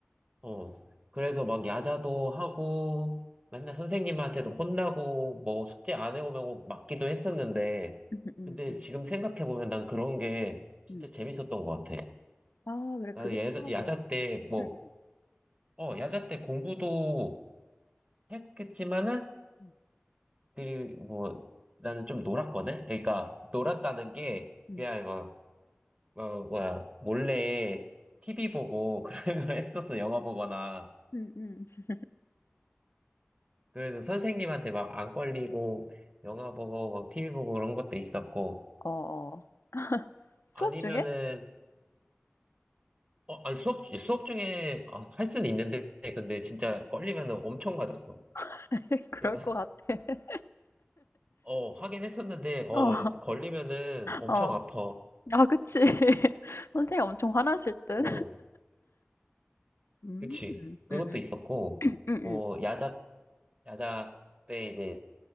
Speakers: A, on the right; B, on the left.
A: 어. 그래서 막 야자도 하고, 맨날 선생님한테도 혼나고, 뭐 숙제 안 해오면 맞기도 했었는데,
B: 응, 응,
A: 근데
B: 응,
A: 지금 생각해보면 난 그런 게 진짜
B: 응,
A: 재밌었던 것 같아.
B: 아, 그래,
A: 나는
B: 그게
A: 야자,
B: 추억이야?
A: 야자 때 뭐,
B: 응,
A: 어, 야자 때 공부도 했겠지만은,
B: 응,
A: 그, 뭐, 나는 좀 놀았거든? 그러니까, 놀았다는 게,
B: 응,
A: 그냥 막, 어, 뭐야, 몰래 TV 보고 <laughs> 그런 거 했었어, 영화 보거나.
B: 응, 응. 응.
A: 그래서 선생님한테 막 안 걸리고 영화 보고 막 TV 보고 그런 것도 있었고
B: 어, 어. <laughs> 수업
A: 아니면은
B: 중에?
A: 어 아니 수업 수업 중에 아, 할 수는 있는데 근데 진짜 걸리면은 엄청 맞았어.
B: <laughs> 그럴
A: 그래서
B: 것
A: <laughs>
B: 같아.
A: 어 하긴 했었는데
B: <laughs>
A: 어
B: 어,
A: 걸리면은 엄청
B: 어.
A: 아파.
B: 아, 그치. <laughs> 선생님 엄청 화나실 듯.
A: 어
B: 음,
A: 그치
B: 응,
A: 그것도
B: 응,
A: 있었고
B: 응, 응,
A: 뭐 야자 야자 때 이제